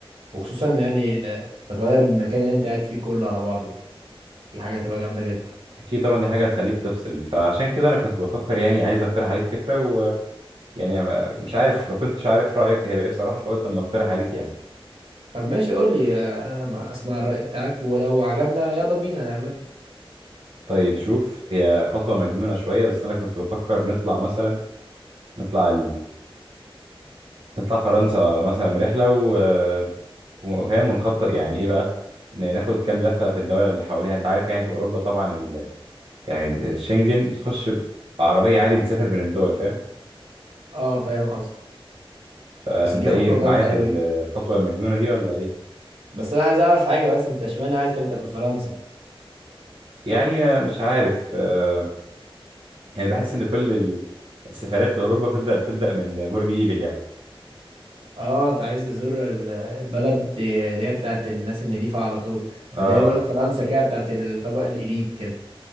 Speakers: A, on the right (about 80°); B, on the right (about 60°).
A: وخصوصا يعني آه، تغير المكان اللي انت قاعد فيه كله على بعضه دي حاجه هتبقى جامده جدا
B: اكيد طبعا دي حاجه هتخليك تفصل فعشان كده انا كنت بفكر يعني عايز اقترح عليك فكره ويعني ما- مش عارف ما كنتش عارف رايك هيبقى ايه بصراحه فقلت اما اقترح عليك يعني
A: طب ماشي قول لي آه، انا ما اسمع الراي بتاعك ولو عجبنا يلا بينا نعمله
B: طيب شوف هي خطوه مجنونه شويه بس انا كنت بفكر نطلع مثلا نطلع نطلع فرنسا مثلا رحلة و... وفاهم ونخطط يعني ايه بقى ن- ناخد كام لفة في الدولة اللي حواليها انت عارف يعني في اوروبا طبعا ال... يعني الشنجن بتخش بعربية عادي بتسافر بين الدول فاهم
A: اه فاهم قصدي
B: فانت
A: بس دي
B: ايه
A: خطوه
B: معايا
A: جامده
B: في
A: قوي
B: ال- الخطوة المجنونة دي ولا ايه
A: بس انا عايز اعرف حاجه بس انت اشمعنى عايز تبدا بفرنسا
B: يعني مش عارف آه، يعني بحس ان كل ال- السفرات لاوروبا بتبدأ بتبدأ من برج ايفل يعني
A: اه انت عايز تزور ال- البلد دي- اللي هي بتاعت الناس النضيفه على طول
B: اه
A: ده يقول
B: اه
A: لك فرنسا كده بتاعت الطبقه الاليت كده